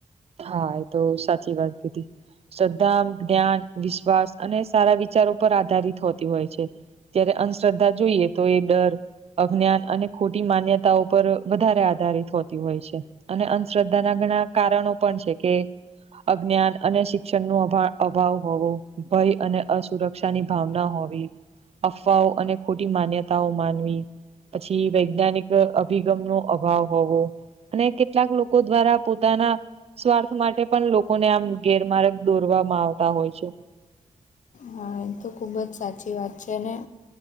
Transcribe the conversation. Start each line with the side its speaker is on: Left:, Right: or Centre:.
Right: હા એ તો સાચી વાત કીધી શદ્ધાા જ્ઞાન વિશ્વાસ અને સારા વિચારો પર આધારિત હોતી હોય છે ત્યારે અંધશ્રદ્ધા જોઈએ તો એ ડર અજ્ઞાન અને ખોટી માન્યતા ઉપર વધારે આધારિત હોતી હોય છે અને અંધશ્રદ્ધા ના ઘણા કારણો પણ છે કે અજ્ઞાન અને શિક્ષણ ન અભાવ હોવો ભય અને અસુરક્ષ ક્ષાની ભાવના હોવી અફવાઓ અને ખોટી માન્યતાઓ માનવી પછી વૈજ્ઞાનિક અભિગમ નો અભાવ હોવો અને કેટલાક લોકો દ્વારા પોતાના સ્વાર્થ માટે પણ લોકોને આમ ગેરમાર્ગ દોરવામાં આવતા હોય છે
Left: હા તો ખૂબ જ સાચી વાત છે અને